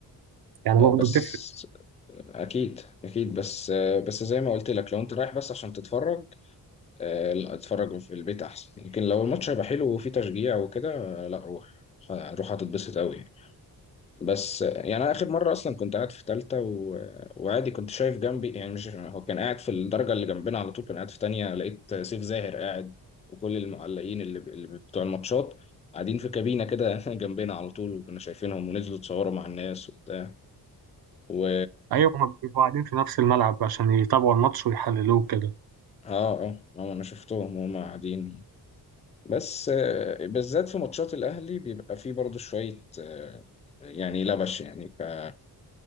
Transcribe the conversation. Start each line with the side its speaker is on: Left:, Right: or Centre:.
Right: يعني
Left: لا
Right: برضو
Left: بس
Right: بتفرق
Left: اكيد اكيد بس آه، بس زي ما قلت لك لو انت رايح بس عشان تتفرج آه، لا اتفرج في البيت احسن لكن لو الماتش هيبقى حلو وفيه تشجيع وكده آه، لا روح روح هتتبسط قوي بس يعني انا اخر مره اصلا كنت قاعد في ثالثه و... وعادي كنت شايف جنبي يعني مش هو كان قاعد في الدرجه اللي جنبنا على طول كان قاعد في ثانيه لقيت سيف زاهر قاعد وكل المعلقين اللي, ب... اللي بتوع الماتشات قاعدين في كابينه كده <laughs> جنبنا على طول وكنا شايفينهم ونزلوا اتصوروا مع الناس وبتاع و
Right: ايوه هما بيبقوا قاعدين في نفس الملعب عشان يتابعوا الماتش ويحللوه كده
Left: اه اه آه، انا شفتهم وهم قاعدين بس آه، بالذات في ماتشات الاهلي بيبقى فيه برضو شويه آه، يعني لبش يعني ك-